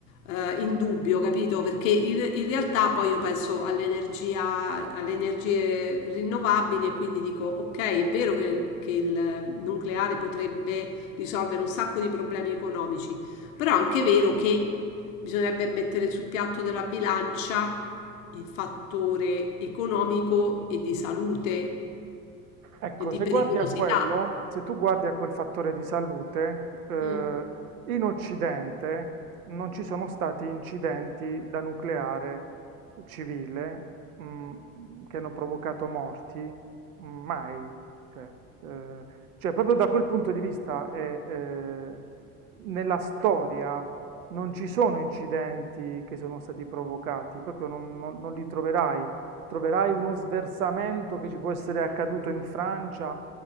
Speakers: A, on the left; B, on the right.
A: eh, in dubbio, capito? Perché in, in realtà poi io penso all'energia, alle energie rinnovabili e quindi dico, ok, è vero che, che il nucleare potrebbe risolvere un sacco di problemi economici, però è anche vero che bisognerebbe mettere sul piatto della bilancia il fattore economico e di salute
B: Ecco,
A: e di
B: se
A: pericolosità.
B: guardi a quello, se tu guardi a quel fattore di salute, eh,
A: Mm.
B: in Occidente non ci sono stati incidenti da nucleare civile, mm, che hanno provocato morti, mm, mai. Cioè, eh, cioè, proprio da quel punto di vista, è, eh, nella storia non ci sono incidenti che sono stati provocati, proprio non non- non li troverai troverai uno sversamento che ci può essere accaduto in Francia